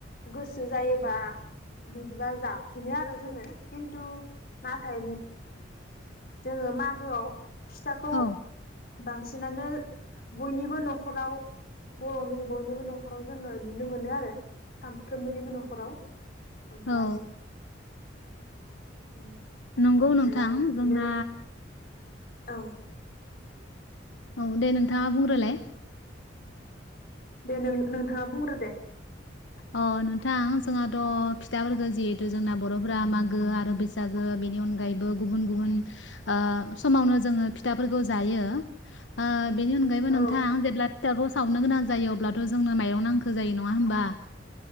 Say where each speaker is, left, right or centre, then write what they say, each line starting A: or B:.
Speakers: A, on the left; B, on the left.
A: गोस जायोबा बिब बिदिबा जाफिनो आरो जोंङो किनतु। नाथाय मु जोङो मागोआव फिथाखौ।
B: औ
A: बांसिनानो बयनिबो न'खराव बर'नि बयनिबो न'खराव जोङो नुनो मोनो आरो। सामफ्रोमबोनिबो न'खराव ओमफ्राय।
B: औ
A: ओम
B: नंगौ
A: ओमफ्राय
B: नोंथां
A: बिदिनो।
B: जोंना
A: औ।
B: औ दे नोंथाङा बुंग्रोलाय।
A: दे नों नोंथाङा बुंग्रो दे।
B: अ नोंथां जोंहाथ' फिथाफोरखौ जिहेतु जोंना बर'फोरा मागो आरो बैसागो बेनि अनगायैबो गुबुन गुबुन ओ समावनो जोङो फिथाफोरखौ जायो ओ। बेनि अनगैबो नोंथाङांं
A: औ
B: जेब्लाबो सावनो गोनां जायो अब्लाथ' जोंनो माइरं नांगौ जायो नङा होमबा